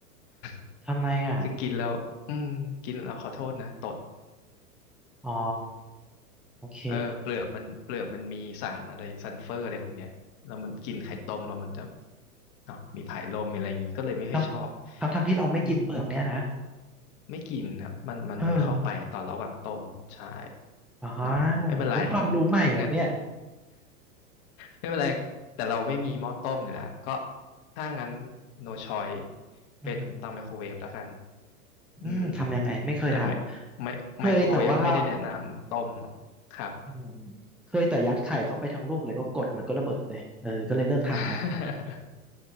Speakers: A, on the left; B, in the centre.
A: <laughs>
B: ทำไมอ่ะ
A: คือกินแล้ว อืม กินแล้วขอโทษนะ ตด
B: อ๋อโอเค
A: เออเปลือกมันเปลือกมันมีสารอะไรซัลเฟอร์อะไรพวกเนี้ยแล้วมันกินไข่ต้มแล้วมันจะเนาะมีผายลมมีอะไรอย่างงี้ก็เลยไม่ค่อยชอบ
B: ทั้งทั้งทั้งที่เราไม่กินเปลือกเนี่ยนะ
A: อืมไม่กินครับมันมันมันเข้าไปตอนระหว่างต้มใช่
B: เอออ๋อ
A: เนาะไม่เป็นไร
B: เฮ้ยความรู้ใหม่เหรอเนี่ย
A: งั้นไม่เป็นไรแต่เราไม่มีหม้อต้มอยู่แล้วก็ถ้างั้น no choice เป็นเตาไมโครเวฟแล้วกัน
B: อือหืออืมทำยังไงไม่เคยท
A: อืมแต่ไม่
B: ำเคยแต่ว่า
A: ไม่ไมโครเวฟไม่ได้แนะนำต้มเนาะครับ
B: อืมเคยแต่ยัดไข่เข้าไปทั้งลูกเลยก็กดมันก็ระเบิดเลยเออก็เลยเลิกทำแล้ว
A: <laughs>